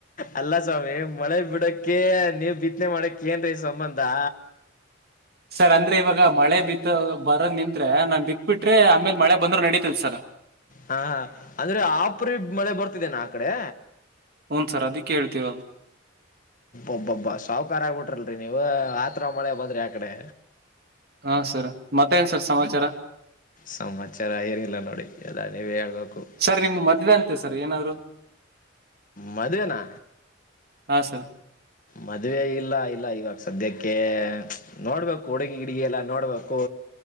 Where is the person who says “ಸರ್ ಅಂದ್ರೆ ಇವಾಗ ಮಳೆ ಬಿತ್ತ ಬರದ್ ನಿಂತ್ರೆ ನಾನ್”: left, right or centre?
Right